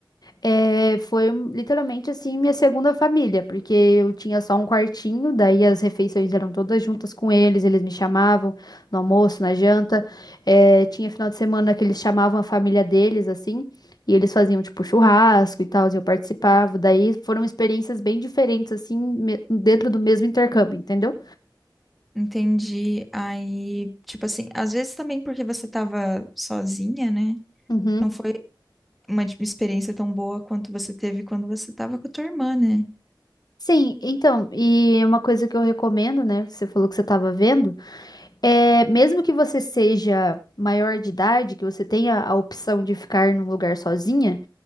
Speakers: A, on the left (about 55°); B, in the centre.
A: É, foi um- literalmente assim minha segunda família, porque eu tinha só um quartinho, daí as refeições eram todas juntas com eles, eles me chamavam no almoço, na janta. É, tinha final de semana que eles chamavam a família deles, assim, e eles faziam tipo churrasco e tal, e eu participava. Daí foram experiências bem diferentes, assim, me- dentro do mesmo intercâmbio, entendeu?
B: Entendi. Aí, tipo assim, às vezes também porque você tava sozinha, né?
A: Uhum.
B: Não foi uma di- experiência tão boa quanto você teve quando você tava com a tua irmã, né?
A: Sim, então, e uma coisa que eu recomendo, né? que Você falou que você estava vendo. É, mesmo que você seja maior de idade, que você tenha a opção de ficar num lugar sozinha,